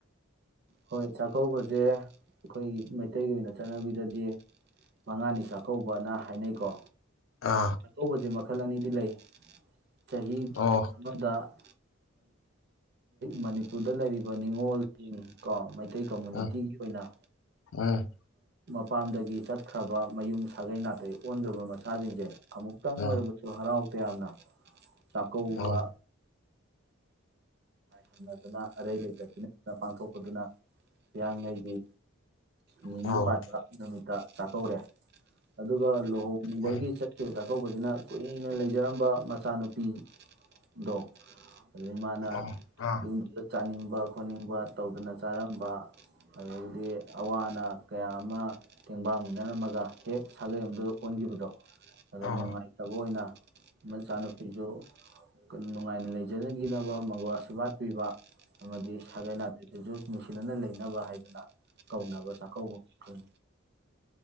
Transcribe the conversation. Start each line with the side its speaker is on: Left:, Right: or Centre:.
Right: ꯍꯣꯏ ꯆꯥꯛꯀꯧꯕꯁꯦ ꯑꯩꯈꯣꯏꯒꯤ ꯃꯩꯇꯩꯒꯤ ꯑꯣꯏꯅ ꯆꯠꯅꯕꯤꯗꯗꯤ ꯃꯉꯥꯅꯤ ꯆꯥꯛꯀꯧꯕꯅ ꯍꯥꯏꯅꯩꯀꯣ
Left: ꯑꯥ
Right: ꯑꯇꯧꯕꯗꯤ ꯃꯈꯜ ꯑꯅꯤꯗꯤ ꯂꯩ ꯆꯍꯤ
Left: ꯑꯣ
Right: ꯑꯃꯗ ꯃꯅꯤꯄꯨꯔꯗ ꯂꯩꯔꯤꯕ ꯅꯤꯡꯅꯤꯉꯣꯜꯁꯤꯡ ꯀꯣ ꯃꯇꯩ ꯀꯝꯃꯨꯅꯤꯇꯤꯒꯤ
Left: ꯎꯝ
Right: ꯑꯣꯏꯅ
Left: ꯎꯝ
Right: ꯐꯥꯝꯗꯒꯤ ꯆꯠꯈ꯭ꯔꯕ ꯃꯌꯨꯝ ꯁꯥꯒꯩ ꯅꯥꯇꯩꯒꯤ ꯑꯣꯟꯈ꯭ꯔꯕ ꯃꯆꯥꯁꯤꯡꯁꯦ ꯑꯃꯨꯛꯇꯪ
Left: ꯎꯝ
Right: ꯑꯣꯏꯔꯁꯨ ꯍꯔꯥꯎ ꯄꯌꯥꯅ ꯆꯥꯛ ꯀꯧꯕꯥ
Left: ꯎꯝ
Right: <unintelligible> ꯐꯖꯅ ꯑꯔꯩ ꯂꯩꯇꯁꯤ ꯅꯠꯇꯅ ꯄꯥꯡꯊꯣꯛꯄꯗꯨꯅ ꯍꯤꯌꯥꯥꯡꯉꯩꯒꯤ ꯅꯤꯅꯤ
Left: ꯑꯣ
Right: ꯄꯥꯟ ꯅꯨꯃꯤꯠ ꯇ ꯆꯥꯛꯀꯧꯔꯦ ꯑꯗꯨꯒ ꯂꯨꯍꯣꯡꯕꯒꯤ
Left: ꯎꯝ
Right: ꯆꯠꯈꯤꯕꯗ ꯑꯊꯧꯕꯁꯤꯅ ꯀꯨꯏꯅ ꯂꯩꯖꯔꯝꯕ ꯃꯆꯥꯅꯨꯄꯤꯗꯣ ꯑꯗꯩꯩ ꯃꯥꯟꯅ
Left: ꯑꯣ ꯑꯥ
Right: <unintelligible> ꯆꯥꯅꯤꯡꯕ ꯈꯣꯠꯅꯤꯡꯕ ꯇꯧꯗꯅ ꯆꯥꯔꯝꯕ ꯑꯗꯨꯗꯒꯤꯗꯤ ꯑꯋꯥ ꯑꯅꯥ ꯀꯌꯥ ꯑꯃ ꯇꯦꯡꯕꯥꯡꯃꯤꯟꯅꯔꯝꯃꯒ ꯍꯦꯛ ꯁꯥꯒꯩ ꯑꯃꯗ ꯑꯣꯟꯈꯤꯕꯗꯣ ꯑꯗꯨ
Left: ꯑꯣ
Right: ꯅꯨꯡꯉꯥꯏꯇꯕ
Left: ꯎꯝ
Right: ꯑꯣꯏꯅ ꯅꯆꯥꯅꯨꯄꯤꯁꯨ ꯅꯨꯡꯉꯥꯏꯅ ꯂꯩꯖꯅꯈꯤꯅꯕ ꯃꯒ ꯁꯕꯥꯠ ꯄꯤꯕ ꯑꯃꯗꯤ ꯁꯥꯒꯩ ꯅꯥꯇꯗꯨꯁꯨ ꯅꯨꯡꯁꯤꯅꯅ ꯂꯩꯅꯕ ꯍꯥꯏꯗꯅ ꯀꯧꯅꯕ ꯆꯥꯛꯀꯧꯕ ꯃꯈꯜ